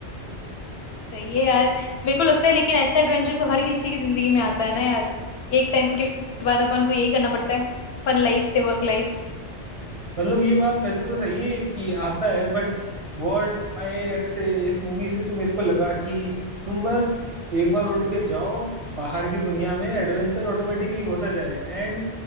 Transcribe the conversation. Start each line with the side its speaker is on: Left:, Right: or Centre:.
Left: सही है यार मेरे को लगता है लेकिन ऐसा एडवेंचर तो हर किसी की जिंदगी में आता है ना यार एक टाइम के बाद अपन को यही करना पड़ता है फन लाइफ से वर्क लाइफ
Right: मतलब ये बात वैसे तो सही है कि आता है बट व्हाट आई एक्स इस मूवी से जो मेरे को लगा कि तुम बस एक बार उठ के जाओ बाहर की दुनिया में एडवेंचर ऑटोमेटिकली होता जाएगा and